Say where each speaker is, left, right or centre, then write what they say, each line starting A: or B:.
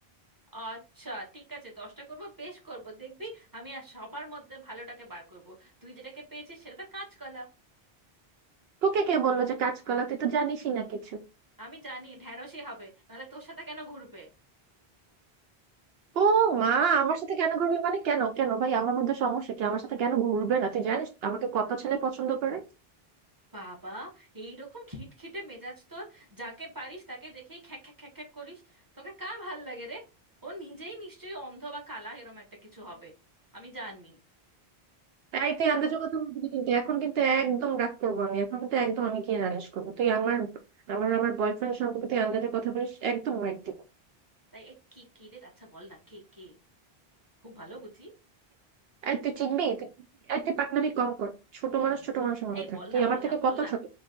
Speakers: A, on the right; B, on the right.
A: আচ্ছা ঠিক আছে দশটা করব বেশ করব দেখবি আমি আর সবার মধ্যে ভালোটাকে বার করব তুই যেটাকে পেয়েছিস সেটা তো কাঁচকলা
B: তোকে কে বললো যে কাজ কলা তুই তো জানিসই না কিছু
A: আমি জানি ঢ্যাঁড়শই হবে নাহলে তোর সাথে কেন ঘুরবে
B: ও মা আমার সাথে কেন ঘুরবি মানে কেন কেন ভাই আমার মধ্যে সমস্যা কি আমার সাথে কেন ঘুরবে না তুই জানিস আমাকে কত ছেলে পছন্দ করে
A: বাবা এইরকম খিটখিটে মেজাজ তোর যাকে পারিস তাকে দেখেই খ্যাক খ্যাক খ্যাক খ্যাক করিস তোকে কার ভাল লাগে রে ও নিজেই নিশ্চয়ই অন্ধ বা কালা এরম একটা কিছু হবে আমি জানি
B: এই তুই আন্দাজের কথা বলবি না কিন্তু এখন কিন্তু একদম রাগ করবো আমি এখন কিন্তু একদম আমি কি নালিশ করবো তুই আমার আমার আমার বয়ফ্রেন্ড সম্পর্কে তুই আন্দাজের কথা বলিস একদম মাইর দিব
A: তাই এ কি কি রে আচ্ছা বল না কে কে খুব ভালো বুঝি
B: আর তুই চিনবি তুই চিনবি? এই তুই পাকনামি কম কর ছোট
A: হুম।
B: মানুষ ছোট মানুষের মতো
A: এই
B: থাক
A: বল
B: তুই
A: না
B: আমার
A: বল
B: থেকে
A: না বল
B: কত
A: না
B: ছোট